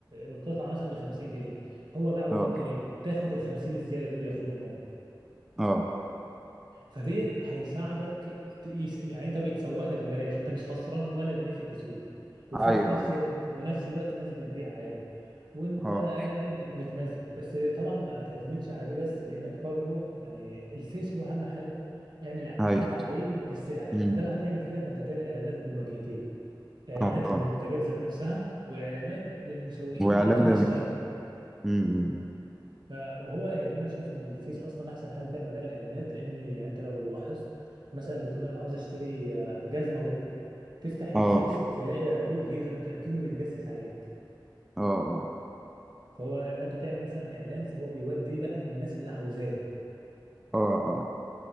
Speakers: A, on the right; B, in the centre.
A: القطعه مثلا ب 50 جنيه هو باعه ب
B: اه
A: 100 جنيه
B: اه
A: تاخد ال 50 الزياده دول ياخدهم هو
B: اه اه
A: فديت هيساعدك ت- يس- يعني انت بيتسوق لك ببلاش انت مش خسران ولا جنيه في التسويق وفي
B: أيوه،
A: في نفس
B: أيوه،
A: ونفس الوقت ناس بتبيع عادي وانت
B: آه،
A: قاعد متمزج بس طبعا ما تعتمدش على دي بس لانك برضو يعني الفيس هو اهم حاجه اعمل اعلانات
B: أيوه،
A: عليه بس ادام
B: إمم،
A: هتعمل كده فانت تعمل اعلانات من وجهتين اعلانات
B: آه، آه.
A: للمنتجات ذات نفسها واعلانات للمسوقين
B: وإعلان
A: اللي عاوزين يشتغلوا
B: للم إمم، إمم،
A: فهو يعني انا شايف ان الفيس اصلا احسن حاجه تعمل عليها الاعلانات لان يعني انت لو لاحظت مثلا بتقول انا عاوز اشتري آه، جزمه بكره تفتح الفيس
B: آه،
A: تلاقي عروض جزم ت- اكنه بيتجسس عليك
B: آه، آه،
A: فهو اما انت تعمل مثلا اعلان فهو بيودي بقى للناس اللي عاوزاه
B: آه، آه،